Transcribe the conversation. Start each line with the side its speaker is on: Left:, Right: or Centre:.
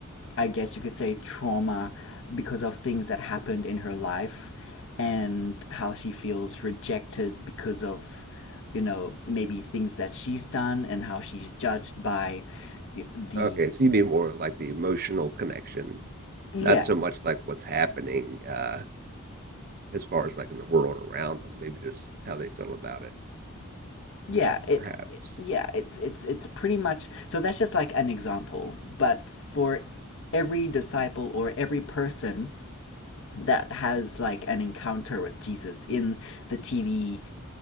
Left: i guess you could say trauma because of things that happened in her life and how she feels rejected because of you know maybe things that she's done and how she's judged by the
Right: Okay, so you mean more of like the emotional connection,
Left: yeah
Right: not so much like what's happening uh, as far as like in the world around them. Maybe just how they feel about it,
Left: Yeah, it's
Right: perhaps.
Left: yeah, it's it's it's pretty much so that's just like an example, but for every disciple or every person that has like an encounter with Jesus in the TV